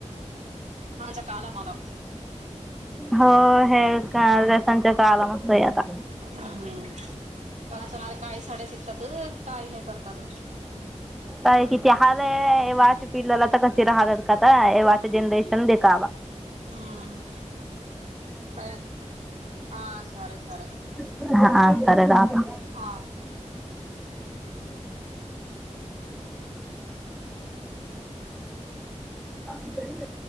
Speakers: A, on the right (about 70°); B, in the centre.
A: हज काळे मड
B: हो हे रसांच्या काला मस्त आहे आता
A: हम्म चहाच्या काय साड्या शिकतात काय हे करतात
B: काय कि ते हला एव्हाच्या पिल्लेला तर कसे राहलात काता एव्हाच जनरेशन देखावा
A: हम् का हा सरे सरे
B: हा ह सर राता
A: हा
B: काी ब